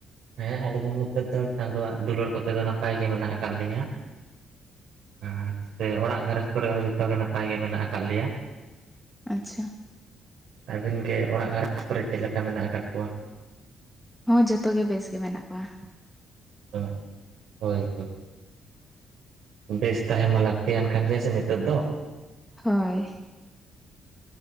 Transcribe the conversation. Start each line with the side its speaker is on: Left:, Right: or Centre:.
Right: ᱦᱮᱸ ᱟᱞᱤᱧ ᱦᱚᱸ ᱱᱤᱛᱚᱜ ᱫᱚ ᱪᱟᱸᱫᱳᱣᱟᱜ ᱫᱩᱞᱟᱹᱲ ᱠᱚᱛᱮ ᱫᱚ ᱱᱟᱯᱟᱭ ᱜᱮ ᱢᱮᱱᱟᱜ ᱟᱠᱟᱫ ᱞᱤᱧᱟᱹ ᱟᱨ ᱥᱮ ᱚᱲᱟᱜ ᱜᱷᱟᱨᱚᱸᱡᱽ ᱠᱚᱨᱮ ᱦᱚᱸ ᱡᱚᱛᱚ ᱜᱮ ᱱᱟᱯᱟᱭ ᱜᱮ ᱢᱮᱱᱟᱜ ᱟᱠᱟᱫ ᱞᱮᱭᱟ
Centre: ᱟᱪᱷᱟ
Right: ᱟᱹᱵᱤᱱ ᱜᱮ ᱚᱲᱟᱜ ᱜᱷᱟᱨᱚᱸᱡᱽ ᱠᱚᱨᱮ ᱪᱮᱫ ᱞᱮᱠᱟ ᱢᱮᱱᱟᱜ ᱟᱠᱟᱫ ᱠᱚᱣᱟ
Centre: ᱦᱚᱸ ᱡᱚᱛᱚ ᱜᱮ ᱵᱮᱥ ᱜᱮ ᱢᱮᱱᱟᱜ ᱠᱚᱣᱟ
Right: ᱚᱸ ᱦᱳᱭ ᱦᱳᱭ ᱵᱮᱥ ᱛᱟᱦᱮᱱ ᱢᱟ ᱞᱟᱹᱠᱛᱤᱭᱟᱱ ᱠᱟᱱ ᱜᱮᱭᱟ ᱥᱮ ᱱᱤᱛᱚᱜ ᱫᱚ
Centre: ᱦᱚᱭ